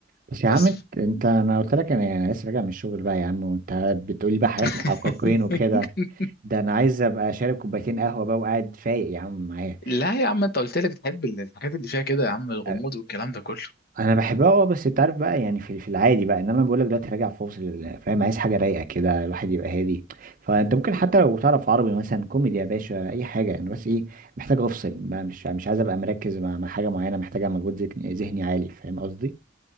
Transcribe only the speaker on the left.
بس
<laughs>
لا يا عم انت قلت لي بتحب الحاجات اللي فيها كده يا عم الغموض
والكلام ده كله